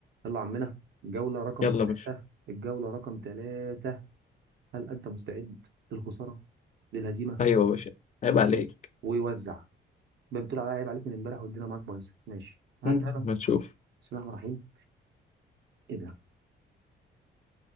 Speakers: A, on the right; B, on the left.
A: يلا يا عمنا الجولة رقم
B: يلا يا باشا
A: ثلاثة الجولة رقم ثلاثة هل أنت مستعد للخسارة للهزيمة
B: ايوه يا باشا عيب عليك
A: ويوزع بقى بتقول عليا عيب عليك من امبارح والدنيا معاك بايظة ماشي هبدأ
B: مم،
A: أنا
B: ما تشوف
A: بسم الله الرحمن الرحيم إيه ده